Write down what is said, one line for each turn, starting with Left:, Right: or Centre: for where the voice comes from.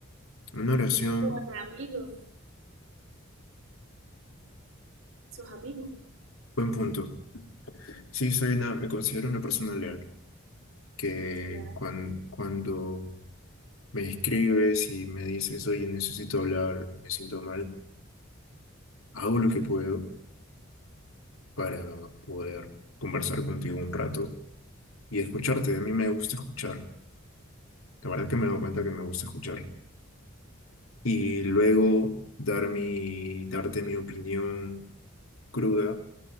Left: una oración,
Right: Juan es amigo, sus amigos,
Left: buen punto. Sí, soy una, me considero una persona leal, que
Right: sus leales.
Left: cuan- cuando me escribes y me dices, oye, necesito hablar, me siento mal, hago lo que puedo para poder conversar contigo un rato y escucharte. A mí me gusta escuchar. La verdad que me doy cuenta que me gusta escuchar. Y luego dar mi, darte mi opinión cruda